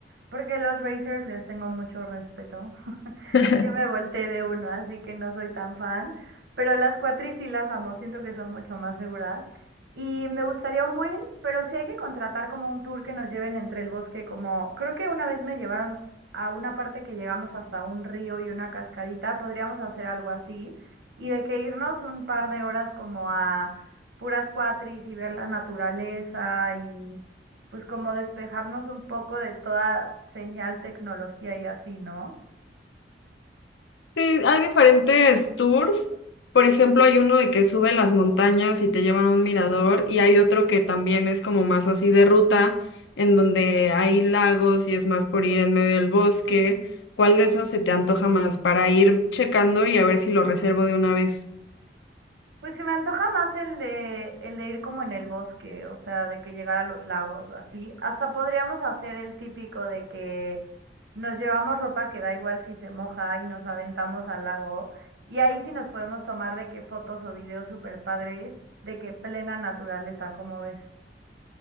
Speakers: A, on the right (about 80°); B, on the left (about 85°).
A: porque los Racers les tengo mucho respeto. <laughs>
B: <laughs>
A: Ya me volteé de uno, así que no soy tan fan. Pero las cuatris sí las amo, siento que son mucho más seguras. Y me gustaría un buen, pero sí hay que contratar como un tour que nos lleven entre el bosque, como creo que una vez me llevaron a una parte que llegamos hasta un río y una cascadita, podríamos hacer algo así. Y de que irnos un par de horas como a puras cuatris y ver la naturaleza pues como despejarnos un poco de toda señal, tecnología y así, ¿no?
B: Sí, hay diferentes tours. Por ejemplo, hay uno de que sube las montañas y te llevan a un mirador, y hay otro que también es como más así de ruta, en donde hay lagos y es más por ir en medio del bosque. ¿Cuál de esos se te antoja más para ir checando y a ver si lo reservo de una vez?
A: Pues se me antoja más el de, el de ir como en el bosque, o sea, de que llegar a los lagos o así. Hasta podríamos hacer el típico de que nos llevamos ropa que da igual si se moja y nos aventamos al lago. Y ahí sí nos podemos tomar de que fotos o videos super padres, de que plena naturaleza, como ves.